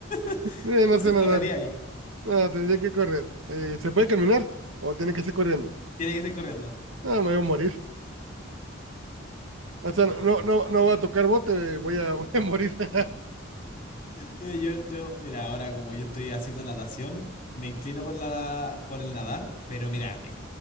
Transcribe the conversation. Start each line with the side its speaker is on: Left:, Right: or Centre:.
Left: <laughs>
Right: Eh,
Left: Entonces
Right: No sé nadar.
Left: correría ahí.
Right: No, tendría que correr. Eh, ¿se puede caminar o tiene que ser corriendo?
Left: Tiene que ser corriendo.
Right: No, me voy a morir. O sea, no, no, no voy a tocar bote, voy a, <laughs> voy a morir. <laughs>
Left: Mira, Yo, yo, mira, ahora como yo estoy haciendo natación, me inclino por la, por el nadar, pero mira, es,